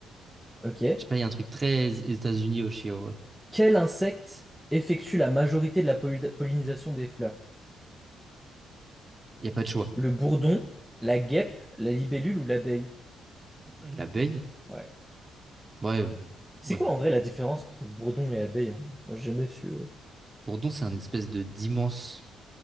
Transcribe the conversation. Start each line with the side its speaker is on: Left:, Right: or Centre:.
Centre: Ok.
Right: Je sais pas, il y a un truc très États-Unis au Chili, en vrai.
Centre: Quel insecte effectue la majorité de la pollu- pollinisation des fleurs?
Right: Il y a pas de choix.
Centre: Le bourdon, la guêpe, la libellule ou l'abeille?
Right: L'abeille,
Centre: Ouais.
Right: ouais, euh,
Centre: C'est
Right: ouais.
Centre: quoi en vrai la différence entre bourdon et abeille en vrai Moi, j'ai jamais su. euh.
Right: Bourdon, c'est un espèce de d'immense.